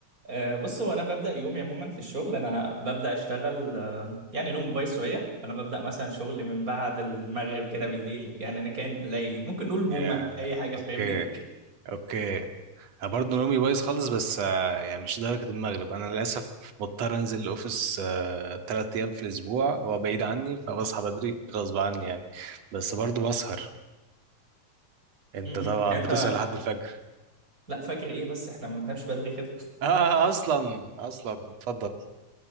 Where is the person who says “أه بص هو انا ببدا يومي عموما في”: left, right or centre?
Right